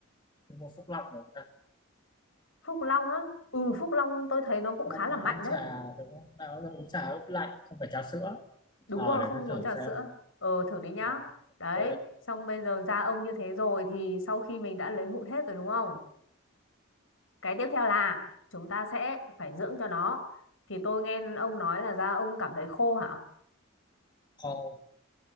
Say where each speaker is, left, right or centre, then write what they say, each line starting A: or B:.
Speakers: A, on the left (about 20°); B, on the left (about 70°).
A: mua Phúc Long được
B: Phúc Long á ừ Phúc Long tôi thấy nó cũng
A: nó
B: khá
A: nó
B: là mạnh
A: bán
B: đấy
A: trà đúng không nó nó uống trà ướp lạnh không phải trà sữa
B: đúng
A: ờ
B: rồi
A: để
B: không
A: tôi thử
B: uống trà
A: xem
B: sữa ờ thử đi nhá
A: Ờ, ok
B: đấy xong bây giờ da ông như thế rồi thì sau khi mình đã lấy mụn hết rồi đúng không cái tiếp theo là chúng ta sẽ phải dưỡng cho nó thì tôi nghe ông nói là da ông cảm thấy khô hả
A: khô